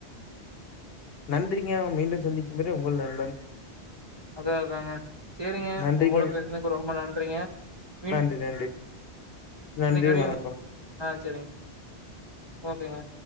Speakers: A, on the left; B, on the right.
A: நன்றிங்க! மீண்டும் சந்திக்கும் வரை உங்கள் நண்பன்!
B: அதா அதாங்க சேரிங்க
A: நன்றிங்க.
B: உங்க கூட பேசுனக்கு ரொம்ப நன்றிங்க மீண்டும்
A: நன்றி! நன்றி! நன்றி!
B: நாளைக்கு வரையும்
A: வணக்கம்!
B: ஆ! செரிங்! ஓகேங்க!